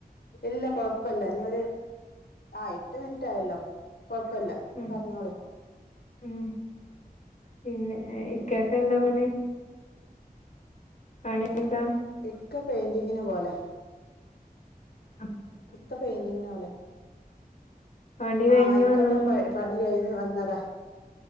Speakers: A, on the left; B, on the left.
A: ഇല്ല കൊഴപ് പ്പല്ല ഇഞ്ഞൊര് ആ എട്ട് മിനിറ്റ് ആയല്ലോ? കൊഴപ്പല്ല
B: മ്
A: പറഞ്ഞോളി
B: മ് പിന്നെ ഇക്കാക്ക്
A: ഉം
B: എന്താ പണി? പണി
A: <inaudible>
B: എന്താ
A: ഇക്ക പെയിന്റിംഗിന് പോലാ.
B: ആ
A: ഇക്ക പെയിന്റിംഗിന് പോവലാ,
B: പണി കഴിഞ്ഞ്
A: ആ ഇക്കപ്പ
B: വന്നതാ
A: പ പണി കഴിഞ്ഞു വ ന്നതാ.